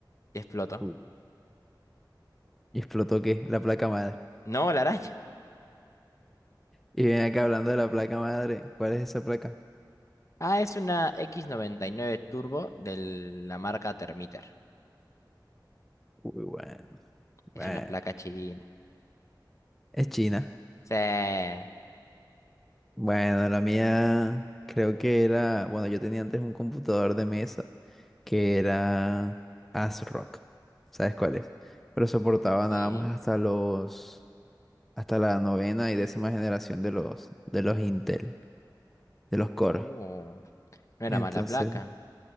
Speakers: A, on the left (about 40°); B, in the centre.
A: Y explotó.
B: Uy. ¿Y explotó qué? La placa madre.
A: No, la araña.
B: Y ven acá hablando de la placa madre. ¿Cuál es esa placa?
A: Ah, es una x nueve Turbo de la marca Termiter.
B: Uy, bueno, bueno.
A: Es una placa china.
B: Es China.
A: Sí.
B: Bueno, la mía creo que era, bueno, yo tenía antes un computador de mesa. que era Asrock, ¿Sabes cuál es? Pero soportaba
A: Sí.
B: nada más hasta los, hasta la novena y décima generación de los, de los Intel, de los Core.
A: Oh, no
B: Entonces,
A: era mala placa.